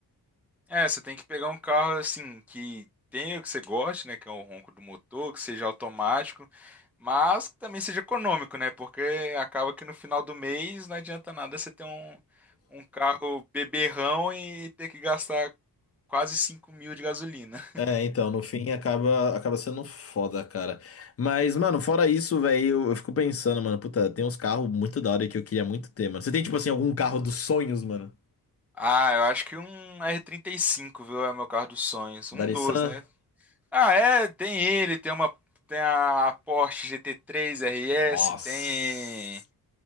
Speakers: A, in the centre; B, on the left.
A: É, você tem que pegar um carro assim que tenha o que você goste, né? Que é o ronco do motor, que seja automático, mas que também seja econômico, né? Porque acaba que no final do mês não adianta nada você ter um, um carro beberrão e ter que gastar quase cinco mil de gasolina.
B: É, então, no fim acaba, acaba sendo foda, cara. Mas, mano, fora isso, velho, eu, eu fico pensando, mano, puta, tem uns carros muito da hora que eu queria muito ter, mano. Você tem, tipo assim, algum carro dos sonhos, mano?
A: Ah, eu acho que um r trinta e cinco, viu? É meu carro dos sonhos.
B: Da
A: Um
B: Nissan?
A: doze, né? Ah, é, tem ele, tem uma tem a Porsche GT3 RS,
B: Nossa.
A: tem